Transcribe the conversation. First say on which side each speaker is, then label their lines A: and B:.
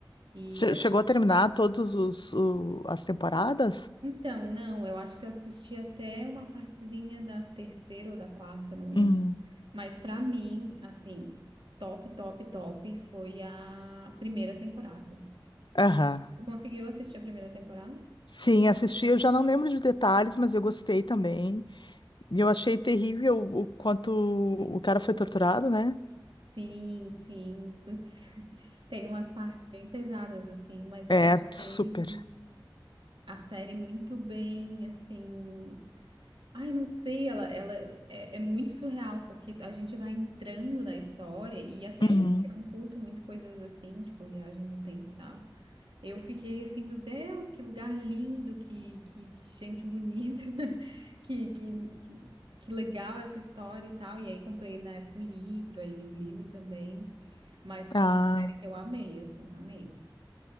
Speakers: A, on the right (about 80°); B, on the left (about 65°).
A: E
B: Che-
A: é-
B: Chegou a terminar todos os o- as temporadas?
A: então, não, eu acho que eu assisti até uma partezinha da terceira ou da quarta, não lembro.
B: Hum.
A: Mas pra mim, assim, top, top, top foi a primeira temporada.
B: Aham.
A: Tu conseguiu assistir a primeira temporada?
B: Sim, assisti, eu já não lembro de detalhes, mas eu gostei também. E eu achei terrível o quanto o cara foi torturado, né?
A: Sim, sim. Putz, <laughs> tem umas partes bem pesadas assim, mas
B: É,
A: eu achei
B: é super.
A: a série muito bem, assim. Ai, não sei, ela, ela é, é muito surreal, porque a gente vai entrando na história, e até
B: Uhum.
A: eu que não curto muito coisas assim, tipo viagem do tempo e tal, eu fiquei assim, meu Deus, que lugar lindo, que, que, que gente bonita, <laughs> que, que, que, que legal essa história e tal. E aí comprei na época o livro, aí li o livro também, mas foi
B: Ah,
A: uma série que eu amei, assim, amei.